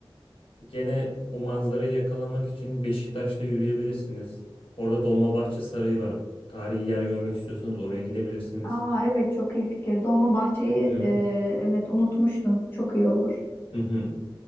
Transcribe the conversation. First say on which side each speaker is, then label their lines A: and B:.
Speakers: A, on the left; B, on the left.
A: e, gene o manzarayı yakalamak için Beşiktaş'ta yürüyebilirsiniz. Orada Dolmabahçe Sarayı var. Tarihi yer görmek istiyorsanız oraya gidebilirsiniz.
B: Aa evet çok iyi fikir. Dolmabahçe'yi
A: Hı
B: e, evet unutmuştum. Çok iyi olur.
A: hı. hı.